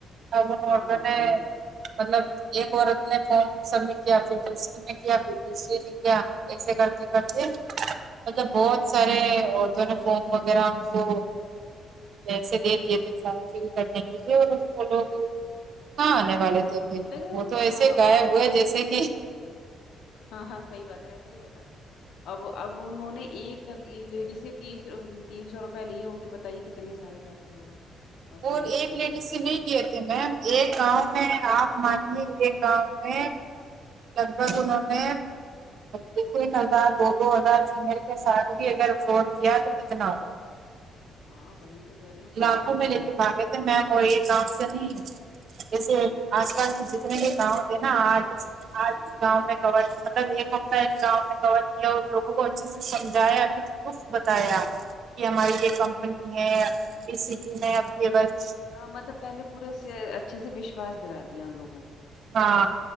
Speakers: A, on the right (about 60°); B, on the left (about 80°).
A: اب میں
B: ہاں ہاں
A: نے
B: صحیح بات
A: مطلب ایک عورت نے فم سبمٹ کیا پ تس کیا تس نے کیا ایسے کرتے کرتے مطلب بہت سارے عورتوں نے فارم وغیرہ ان کو پیسے دے دیے تھے فارم فل کرنے کے لیے اور وہ لوگ کہاں آنے والے
B: پھول
A: تھے
B: لے کے
A: پھر
B: چلے گئے ہوں
A: وہ
B: گے
A: تو ایسے
B: ہاں
A: غائب
B: واپس
A: ہوئے جیسے کہ
B: ہاں ہاں صحی بات ہے ایسا ہی ہوتا ہے اب اب انہوں نے ایک لیڈی سے ت تین سو روپئے لے ان کے بتائیے کتنے سارے پیسے ہو گئے ساری
A: اور
B: عورتیں
A: ایک
B: بے
A: لیڈیز
B: وقوف
A: سے نہیں
B: بن گئی
A: گ تھے میم ایک گاؤں میں آپ مانیے ایک گاؤں میں لگ بھگ انہوں نے دیکھو ایک ہزار دو دو ہزار فیمل کے ساتھ بھی اگر فراڈ کیا تو کتنا ہوگا
B: ہاں وہی تو کہہ رہی ہوں بہت
A: لاکھوں
B: ہو
A: میں
B: گئے
A: لے
B: ان
A: کے لاگئے
B: تو
A: تھے میں وہ ایک نام سے نہیں جیسے
B: ہ
A: آس پاس کے جتنے بھی گاؤں تھے نا آج آج گاؤں میں کور مطلب ایک ہفتہ گاؤں میں کور کیا اور لوگوں کو اچھے سے سمجھایا ابھی پروف بتایا کہ ہماری
B: اچھا
A: یہ کمپنی ہے اس سٹی میں اب یہ بس
B: ہاں مطلب پہلے پورے سے اچھے سے وشواس دلا دیا ان لوگوں کو
A: ہاں